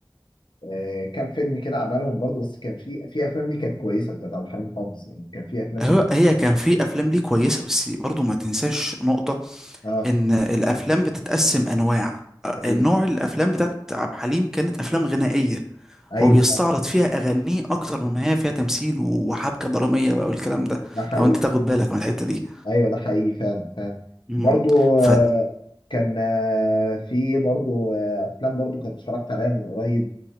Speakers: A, on the left (about 75°); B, in the centre.
A: آه، كام فيلم كده عملهم برضه بس كان في في افلام دي كانت كويسه بتاعت عبد الحليم حافظ يعني كان في افلام
B: هو
A: دي
B: هي كان في افلام ليه كويسة بس برضو ما تنساش نقطة
A: اه
B: ان الافلام بتتقسم انواع آه،
A: ايوه
B: نوع الافلام بتاعت عبد الحليم كانت افلام غنائية
A: ايوه
B: هو بيستعرض
A: فعلا
B: فيها اغانيه اكتر مما هي فيها تمثيل وحبكة درامية بقى والكلام ده
A: ده حقيقي
B: لو انت تاخد بالك من الحتة دي
A: ايوه ده حقيقي فعلا فعلا
B: مم.
A: برضو آه،
B: ف...
A: كان آه، في برضو آه، افلام برضو كنت اتفرجت عليها من قريب